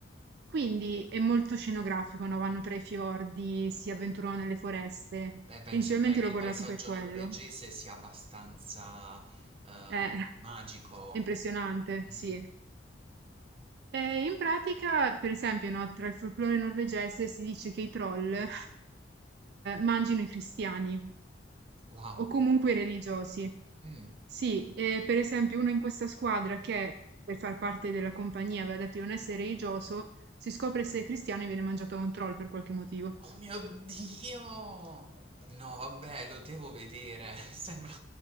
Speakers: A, on the right; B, on the right.
A: Quindi è molto scenografico, no? Vanno tra i fiordi, si avventurano nelle foreste.
B: Beh, penso
A: Principalmente
B: il pae che
A: l'ho
B: il
A: guardato
B: paesaggio
A: per quello.
B: norvegese sia abbastanza, uhm,
A: È <laughs>
B: magico.
A: impressionante,
B: Mh,
A: sì. E in pratica, per esempio, no, tra il folklore norvegese si dice che i troll <laughs> eh, mangino i cristiani
B: wow.
A: o comunque i religiosi.
B: Mh.
A: Sì, e per esempio uno in questa squadra che per far parte della compagnia aveva detto di non essere religioso, si scopre essere cristiano e viene mangiato da un troll per qualche motivo.
B: Oh mio Dio! No, vabbè, lo devo vedere. <laughs> Sembra